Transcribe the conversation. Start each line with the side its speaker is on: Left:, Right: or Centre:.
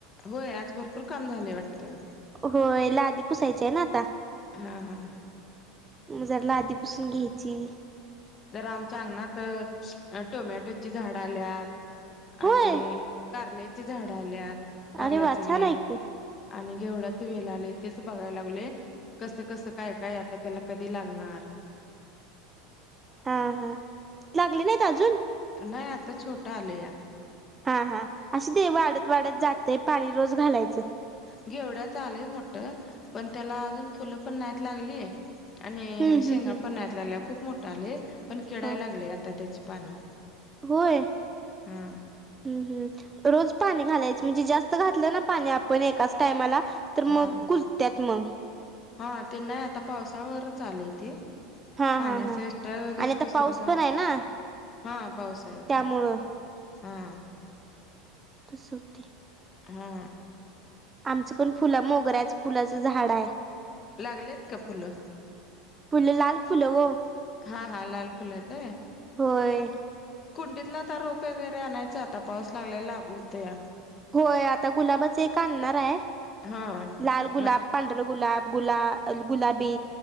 Left: होय आज भरपूर काम झालंय वाटतं
Right: होय लादी पुसायचीय ना आता
Left: हा हा
Right: जरा लादी पुसून घ्यायची
Left: तर आमच्या अंगणात अं, अं टोमॅटोची झाडं आल्यात
Right: होय
Left: आणि कारल्याचे झाडं आल्यात कारल्याच
Right: अरे वा
Left: वेल
Right: छानय की.
Left: आणि घेवढाचं वेल आलाय तेच बघाय लागलोय कसं कसं काय काय आता त्याला कधी लागणार
Right: हा हा लागले नाहीत अजून
Left: नाही आता छोटं आलंया
Right: हा हा असुदे वाढत वाढत जातय पाणी रोज घालायचं
Left: घेवढ्याचं आलय मोठं पण त्याला अजून फुलं पण नाहीत लागली आणि
Right: हम्म
Left: शेंगा
Right: हम्म हम्म
Left: पण नाहीत लागल्या खूप मोठ आलय पण किडाय
Right: हा
Left: लागलय आता त्याची पानं
Right: होय हम्म
Left: हा
Right: हम्म रोज पाणी घालायचं म्हणजे जास्त घातलं ना पाणी आपण एकाच टायमाला तर मग
Left: हा
Right: कुजत्यात मग
Left: हा ते नाही आता पावसावरच आलय ती
Right: हा
Left: पाण्याच
Right: हा हा
Left: एस्ट्रा वगैरे
Right: आणि आता
Left: दुसरं
Right: पाऊस
Left: काय
Right: पण आहे ना
Left: हा पाऊसय आता
Right: त्यामुळं
Left: हा
Right: तू सूधी
Left: हा
Right: आमचंपण फुलं मोगऱ्याच फुलाचं झाड हाय
Left: लागलेत का फुलं
Right: लाल फुलं ओ
Left: हा, हा लाल फुलंयत काय?
Right: होय
Left: कुंडीतला आता रोप वगैरे आणायच आता, पाऊस लागलाय लागू हुतया
Right: होय, आता गुलाबच एक आण्णाराय,
Left: हा
Right: लाल गुलाब,
Left: म
Right: पांढरं गुलाब. गुला गुलाबी